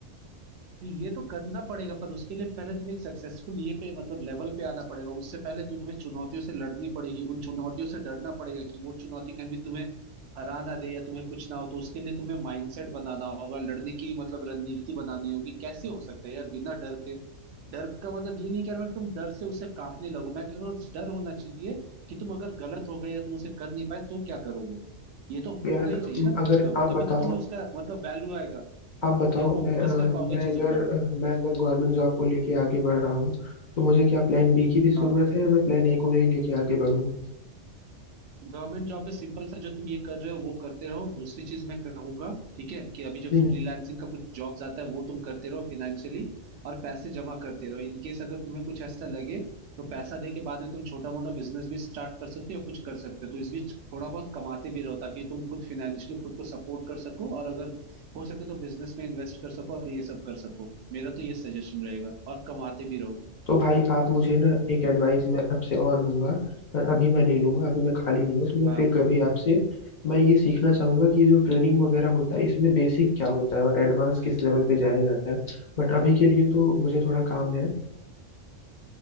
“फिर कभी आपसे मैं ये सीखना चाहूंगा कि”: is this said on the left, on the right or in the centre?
Left